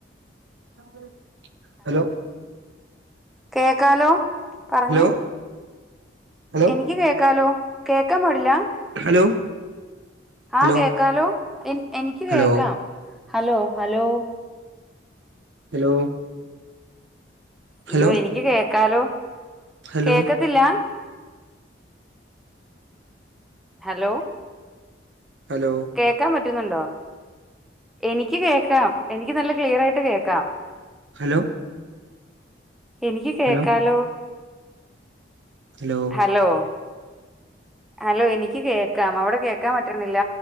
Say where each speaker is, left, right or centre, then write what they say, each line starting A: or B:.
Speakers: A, on the right; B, in the centre.
A: <unintelligible> ഹലോ
B: കേക്കാലോ പറഞ്ഞെ
A: ഹലോ ഹലോ
B: എനിക്ക് കേക്കാലോ കേക്കാൻ പാടില്ല
A: ഹലോ
B: ആഹ്
A: ഹലോ
B: കേക്കാലോ എൻ എനിക്ക്
A: ഹലോ
B: കേക്കാം ഹലോ ഹലോ
A: ഹലോ ഹലോ
B: ഇയ്യോ എനിക്ക് കേക്കാലോ
A: ഹലോ
B: കേക്കത്തില്ല ഹലോ
A: ഹലോ
B: കേക്കാം പറ്റുന്നുണ്ടോ എനിക്ക് കേക്കാം എനിക്ക് നല്ല ക്ലിയറായിട്ട് ട്ട് കേക്കാം
A: ഹലോ
B: എനിക്ക് കേക്കാലോ
A: ഹലോ ഹലോ ഹലോ ഹലോ
B: ഹലോ ഹലോ എനിക്ക് കേക്കാം അവിടെ കേക്കാൻ പറ്റുന്നില്ല